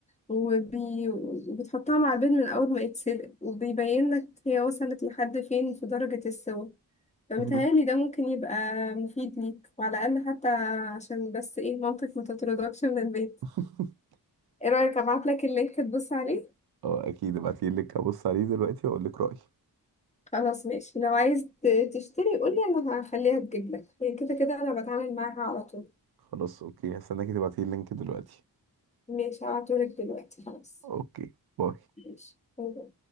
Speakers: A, on the left; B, on the right.
A: وبي- وبتحطها مع البيض من اول ما يتسلق وبيبين لك هي وصلت لحد فين في درجه السوا فمتهيألي
B: مهم.
A: ده ممكن يبقى مفيد ليك وعلى الاقل حتى عشان بس ايه مامتك ما تطردكش من البيت
B: <laughs>
A: ايه رايك ابعت لك اللينك تبص عليه
B: اه اكيد ابعتي اللينك ابص عليه دلوقتي واقول لك رايي
A: خلاص ماشي لو عايز ت- تشتري قولي انا هخليها تجيب لك هي كده كده انا بتعامل معاها على طول
B: خلاص اوكي هستناكي تبعتي اللينك دلوقتي
A: ماشي هبعتهولك دلوقتي خلاص
B: اوكي باي
A: ماشي باي باي.